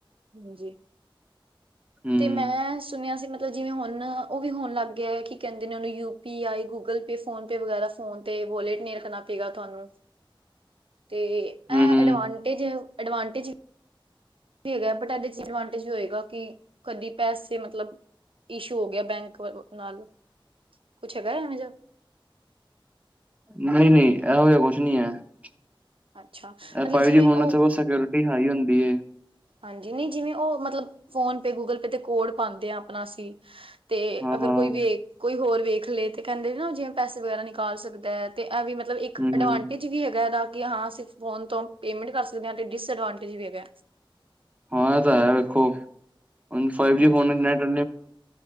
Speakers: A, on the right; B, on the right.
A: ਹਾਂਜੀ
B: ਹੂੰ,
A: ਤੇ ਮੈਂ ਸੁਣਿਆ ਸੀ ਮਤ। ਜਿਵੇਂ ਹੁਣ ਉਹ ਵੀ ਹੋਣ ਲੱਗ ਗਿਆ ਕਿ ਕਹਿੰਦੇ ਨੇ ਉਹਨੂੰ U P I Google Pay PhonePe ਵਗੈਰਾ ਫੋਨ ਤੇ ਵੋਲਟ ਨਹੀਂ ਰੱਖਣਾ ਪਏਗਾ ਤੁਹਾਨੂੰ। ਤੇ ਐ
B: ਹੂੰ-ਹੂੰ,
A: ਐਡਵਾਂਟੇਜ ਐਡਵਾਂਟੇਜ ਵੀ ਹੈਗਾ ਬਟ ਇਹਦੇ ਚ ਡਿਸਅਡਵਾਂਟੇਜ ਹੋਏਗਾ ਕਿ ਕਦੀ ਪੈਸੇ ਮਤਲਬ ਇਸ਼ੂ ਹੋ ਗਿਆ ਬੈਂਕ ਵ ਨਾਲ। ਕੁਛ ਹੈਗਾ ਐਵੇਂ ਜਾ
B: ਨਹੀਂ- ਨਹੀਂ ਐਹੋ ਜਾ ਕੁਛ ਨੀ ਐ।
A: ਅੱਛਾ ਮਤਲਬ
B: ਫਾਈਵ
A: ਜਿਵੇਂ
B: ਜੀ ਫੋਨਾਂ
A: ਉਹ
B: ਚ ਬਹੁ ਸਕਿਓਰਿਟੀ ਹਾਈ ਹੁੰਦੀ ਏ।
A: ਹਾਂਜੀ ਨਹੀਂ ਜਿਵੇਂ ਉਹ ਮਤਲਬ ਫੋਨ ਪੇ ਗੂਗਲ ਪੇ ਤੇ ਕੋਡ ਪਾਂਦੇ ਆ ਆਪਣਾ ਅਸੀਂ ਤੇ
B: ਹਾਂ-ਹਾਂ,
A: ਅਗਰ ਕੋਈ ਵੇ ਕੋਈ ਹੋਰ ਵੇਖ ਲਏ ਤੇ ਕਹਿੰਦੇ ਨਾ ਜਿਵੇਂ ਪੈਸੇ ਵਗੈਰਾ ਨਿਕਾਲ ਸਕਦਾ ਹੈ ਤੇ ਇਹ ਵੀ ਮਤਲਬ ਇੱਕ
B: ਹੂੰ-ਹੂੰ।
A: ਐਡਵਾਂਟੇਜ ਵੀ ਹੈਗਾ ਇਹਦਾ। ਕਿ ਹਾਂ ਅਸੀਂ ਫੋਨ ਤੋਂ ਪੇਮੈਂਟ ਕਰ ਸਕਦੇ ਤੇ ਡਿਸਅਡਵਾਂਟੇਜ ਵੀ ਹੈਗਾ।
B: ਹਾਂ ਇਹ ਤਾਂ ਹੈ ਵੇਖੋ ਹੁਣ ਫਾਈਵ ਜੀ
A: ਹਾਂਜੀ
B: ਫੋਨ ਨੈਟ <unintelligible>